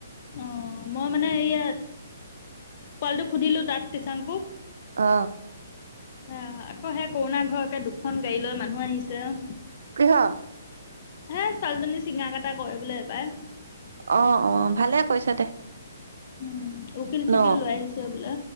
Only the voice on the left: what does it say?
অ মই মানে সেয়া পোৱালিটোক সুধিলো তাত টিচাংকো
আহ আকৌ সেই কৰোণা ঘৰকে দুখন গাড়ী লৈ মানুহ আহিছে অ
এ ছোৱালীজনি চিঙা কাটা কৰিবলে এবাৰ
উম উকিল চুকিল
লৈ আহিছে বোলে